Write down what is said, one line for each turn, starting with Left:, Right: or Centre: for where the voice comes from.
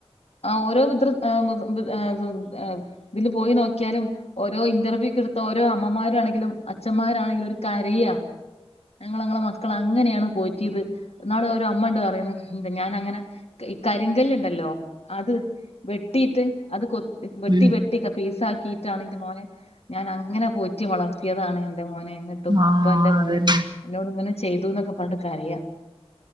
Left: ആ ഓരോ വൃദൃ ഏ വൃ <unintelligible> ഇതില് പോയി നോക്കിയാലും ഓരോ ഇന്റർവ്യൂക്ക്‌ട്ത്ത ഓരോ അമ്മമാരാണെങ്കിലും അച്ഛന്മാരാണെങ്കിലും ഓരു കരയാ ഞങ്ങൾ ഞങ്ങളെ മക്കള അങ്ങനെയാണ് പോറ്റിയത് ന്നാള് അവര് രു അമ്മ ഉണ്ട് പറയുന്നു ഞാൻ അങ്ങനെ ഈ കരിങ്കല് ഉണ്ടല്ലോ അത് വെട്ടിയിട്ട് അത് കൊത്തി വെട്ടി
Right: ഉം
Left: വെട്ടി ക പീസാ ക്കീറ്റാണ് എന്റെ മോനെ ഞാൻ അങ്ങനെ പോറ്റി വളർത്തിയതാണ് എന്റെമോനെ ന്നെട്ടും
Right: ആ
Left: ഇപ്പൊ എന്റെ മോനെ
Right: അതന്നെ
Left: ഉന്നോട് ഇങ്ങനെ ചെയ്തുന്നൊക്കെ കണ്ട് കരയാ